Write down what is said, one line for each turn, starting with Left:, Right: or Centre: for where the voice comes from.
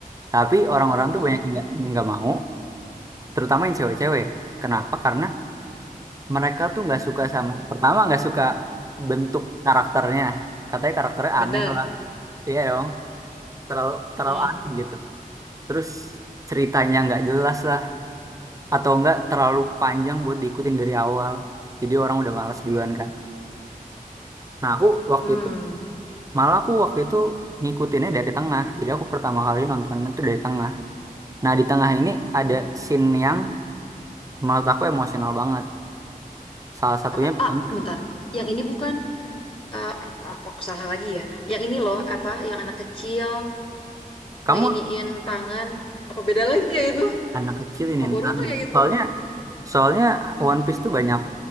Right: tapi orang-orang tuh
Left: Hmm.
Right: banyak yang nggak nggak mau terutama yang cewek-cewek ya kenapa karena mereka tuh nggak suka sama pertama nggak suka bentuk karakternya katanya karakternya
Left: Bener.
Right: aneh lah Iya dong. terlalu terlalu
Left: Hmm.
Right: aneh gitu. Terus ceritanya nggak jelas lah, atau enggak terlalu panjang buat diikutin dari awal. Jadi orang udah malas duluan kan. Nah aku waktu
Left: Hmm,
Right: itu malah aku waktu itu ngikutinnya dari tengah. Jadi aku pertama kali nontonnya tuh dari tengah. Nah di tengah ini ada scene yang menurut aku emosional banget. Salah satunya
Left: apa tuh?
Right: pokoknya
Left: Ah, bentar. Yang ini bukan eh, apa, apa aku salah lagi ya? Yang ini loh, apa yang anak kecil
Right: kamu
Left: ngeiniin tangan. Apa beda lagi ya itu?
Right: anak kecil ini
Left: Apa
Right: Intan.
Left: Boruto ya itu?
Right: Soalnya soalnya One Piece tuh banyak